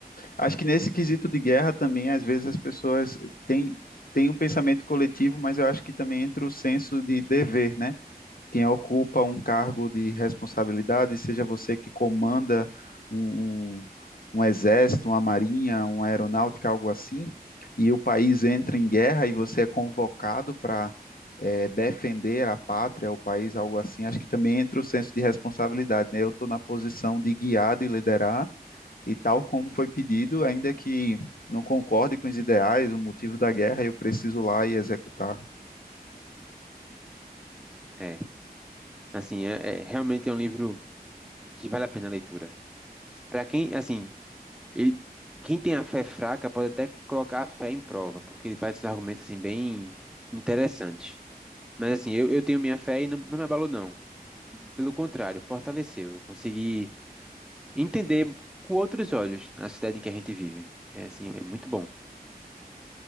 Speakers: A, on the left; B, in the centre.
A: Acho que nesse quesito de guerra também, às vezes as pessoas têm, têm um pensamento coletivo, mas eu acho que também entra o senso de dever, né? Quem ocupa um cargo de responsabilidade, seja você que comanda um, um, um exército, uma marinha, uma aeronáutica, algo assim, e o país entra em guerra e você é convocado para defender a pátria, o país, algo assim, acho que também entra o senso de responsabilidade, né? Eu estou na posição de guiar, de liderar e tal como foi pedido, ainda que não concorde com os ideais, o motivo da guerra, eu preciso ir lá e executar.
B: É, assim, é, é realmente é um livro que vale a pena a leitura. Para quem, assim, ele, quem tem a fé fraca pode até colocar a fé em prova, porque ele faz esses argumentos assim bem interessantes. Mas assim, eu, eu tenho minha fé e não, não me abalou não. Pelo contrário, fortaleceu. Eu consegui entender com outros olhos a cidade em que a gente vive. É assim, é muito bom.